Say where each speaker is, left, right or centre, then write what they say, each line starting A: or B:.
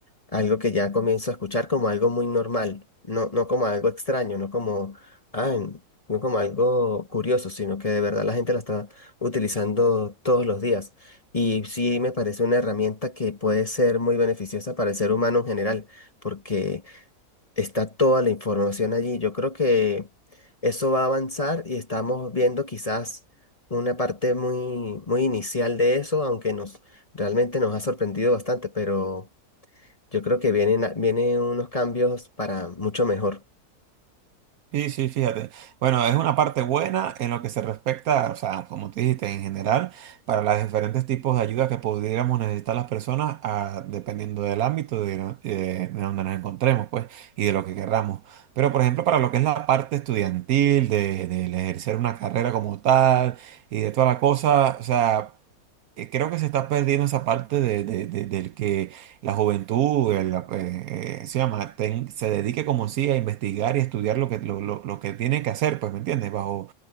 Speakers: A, on the left (about 25°); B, on the right (about 70°).
A: algo que ya comienzo a escuchar como algo muy normal, no, no como algo extraño, no como, ah, no como algo curioso, sino que de verdad la gente la está utilizando todos los días. Y sí me parece una herramienta que puede ser muy beneficiosa para el ser humano en general, porque está toda la información allí. Yo creo que eso va a avanzar y estamos viendo quizás una parte muy, muy inicial de eso, aunque nos realmente nos ha sorprendido bastante, pero yo creo que vienen, a- vienen unos cambios para mucho mejor.
B: Sí, sí, fíjate. Bueno, es una parte buena en lo que se respecta, o sea, como te dijiste, en general, para los diferentes tipos de ayuda que pudiéramos necesitar las personas, ah, dependiendo del ámbito de, no- eh, de donde nos encontremos, pues, y de lo que querramos. Pero, por ejemplo, para lo que es la parte estudiantil, de, del ejercer una carrera como tal, y de toda la cosa, o sea eh, Creo que se está perdiendo esa parte de, de- de- del que la juventud el- la, eh, eh, se llama, ten- se dedique como sí a investigar y estudiar lo que, lo, lo- lo que tiene que hacer, pues, ¿me entiendes? Bajo,